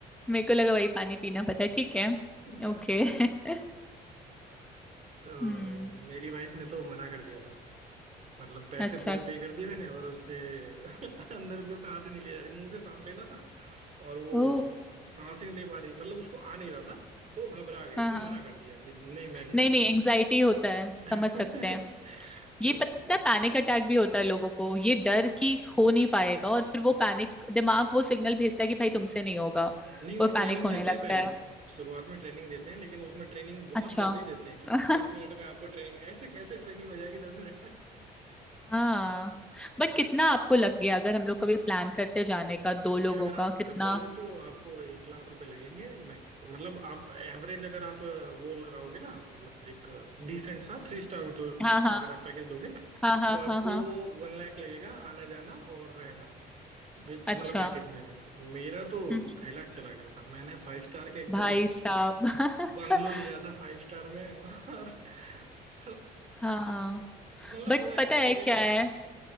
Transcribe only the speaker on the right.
<laughs>
तो
मेरी वाइफ ने तो मना कर दिया था मतलब पैसे
पूरे पे कर दिए मैंने और उसने <laughs> अंदर उसको सांस ही नहीं ले जा रही मुंह से सांस लेना था और वो
सांस ही नहीं ले पा रही मतलब उसको आ नहीं रहा था तो वो घबरा गई
उसने
मना कर दिया कि नहीं मैं नहीं
जाती
<laughs>
तो
फिर-
नहीं वो
ट्रेनिंग
देते
हैं पहले
शुरुआत में ट्रेनिंग देते हैं लेकिन उसमें ट्रेनिंग बहुत
जल्दी देते हैं कि
दस मिनट में आपको ट्रेनिंग ऐसे कैसे ट्रेनिंग हो जाएगी दस मिनट
देखिए
अगर आप
कपल हो तो आपको एक लाख रुपए लगेंगे मैक्स मतलब आप एवरेज अगर आप अ, वो लगाओगे ना मतलब एक डिसेंट सा थ्री स्टार होटल
का
अगर आप पैकेज लोगे
तो आपको
वन लाख लगेगा आना जाना और रहना विद
मतलब पैकेज में मेरा तो
ढाई लाख चला गया था मैंने फाइव स्टार के एकदम
बंगलो
लिया था फाइव स्टार में और <laughs> तो,
मतलब
वो एक्सपीरियंस